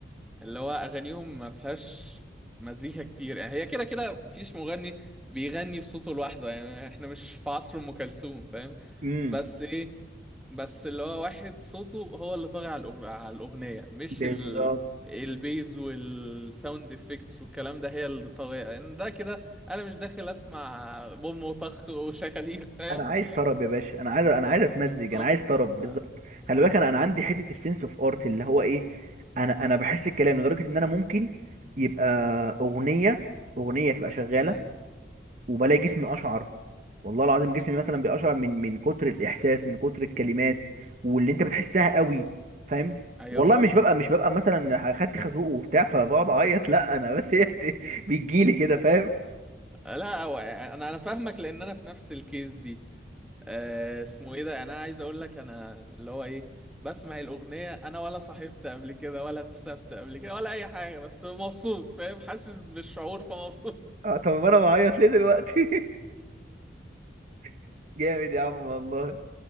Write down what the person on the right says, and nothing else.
امم
بالظبط
انا عايز طرب يا باشا انا عايز انا عايز اتمزج
انا عايز طرب بالظبط
خلي بالك انا انا عندي حته السنس اوف ارت اللي هو ايه انا انا بحس الكلام لدرجه ان انا ممكن يبقى اغنيه اغنيه تبقى شغاله
وبلاقي جسمي اشعر والله العظيم جسمي مثلا بيقشعر من من كتر الاحساس من كتر الكلمات واللي انت بتحسها قوي فاهم
والله
مش ببقى مش ببقى مثلا خدت خازوق وبتاع فبقعد اعيط لا انا بس هي بت- بتجيلي كده فاهم
آه، طب انا بعيط ليه دلوقتي <laughs> جامد يا عم والله